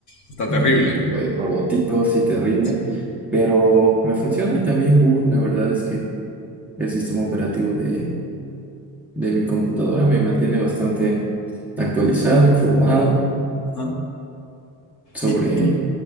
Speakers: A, on the left; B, in the centre.
A: está
B: eh,
A: terrible.
B: pues, robótico, sí, terrible,
A: Sí.
B: pero me funciona y también Google, la verdad es que el sistema operativo de, de mi computadora me mantiene bastante actualizado, informado
A: Ajá.
B: sobre
A: Y, y-